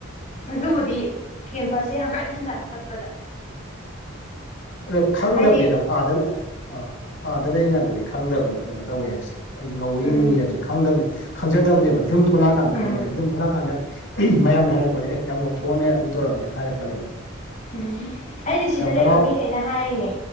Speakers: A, on the left; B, on the left.
A: ꯑꯗꯨꯕꯨꯗꯤ ꯀꯦꯝꯄꯁꯁꯦ ꯍꯪꯒꯠ ꯍꯟꯗꯥ ꯆꯠꯄꯗ
B: ꯑꯗꯣ ꯈꯪꯗꯕꯅꯤꯗ
A: ꯍꯥꯏꯗꯤ
B: ꯑꯥꯗ ꯑꯥ ꯑꯥꯗ ꯂꯩꯔꯤꯀꯥꯟꯗꯗꯤ ꯈꯪꯗꯕꯅꯤ ꯀꯩꯅꯣ ꯇꯧꯋꯦ ꯍꯥꯏꯕꯁꯦ ꯑꯩ ꯉꯧꯏ
A: ꯎꯝ
B: ꯃꯨꯏ ꯍꯥꯏꯕꯖ‌ꯦ ꯈꯪꯗꯕꯅꯦ ꯈꯪꯖꯗꯕꯅꯦꯕ ꯌꯨꯝ ꯊꯣꯛꯂꯛꯑꯀꯥꯟꯗ
A: ꯎꯝ
B: ꯈꯪꯕꯅꯦꯕ ꯌꯨꯝ ꯊꯣꯛꯂꯛꯑꯀꯥꯟꯗ ꯃꯌꯥꯝꯅ ꯍꯥꯏꯔꯛꯄꯅꯦ ꯑꯦ ꯌꯥꯝ ꯉꯧꯊꯣꯛꯑꯝꯃꯦ ꯑꯗꯨ ꯇꯧꯔꯝꯃꯦ ꯍꯥꯏꯔꯛꯄꯅꯦꯕ
A: ꯎꯝ ꯑꯩꯗꯤ ꯁꯤꯗ
B: ꯌꯥꯝ
A: ꯂꯩꯕ
B: ꯍꯔꯥꯎ
A: ꯃꯤꯈꯩꯅ ꯍꯥꯏꯔꯤꯅꯦ